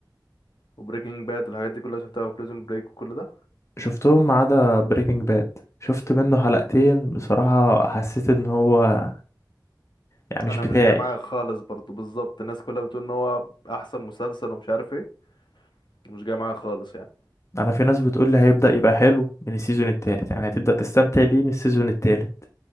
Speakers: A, on the left; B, on the left.
A: وبريكنج باد الحاجات دي كلها شفتها وبريزون بريك وكل ده
B: شفتهم ما عدا بريكنج باد شفت منه حلقتين بصراحه حسيت ان هو يعني مش
A: انا
B: بتاعي
A: مش جاي معايا خالص برضو بالظبط الناس كلها بتقول ان هو احسن مسلسل ومش عارف ايه مش جاي معايا خالص يعني
B: انا في ناس بتقول لي هيبدا يبقى حلو من السيزون التالت يعني هتبدا تستمتع بيه من السيزون التالت